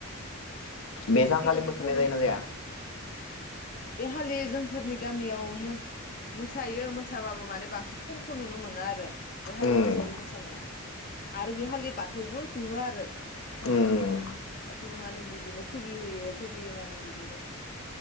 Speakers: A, on the left (about 40°); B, on the left (about 70°).
A: जोंथ'
B: बे सानखालि
A: गेदेरखौ
B: मोसानाय
A: खुलुम
B: जायो ना जाया?
A: बे हालि जों फोरनि गामियाव मोस-मोसायो मोसाबाबो माने बां खमखौ नुनो मोनो आरो। बे खालि
B: उम
A: मोसायो मोसानाया। आरो बे हालि बाथौबो दुङो आरो।
B: उम
A: दाथ' रङालि बिदिनो थगि होयो थगि होनानै बिदिनो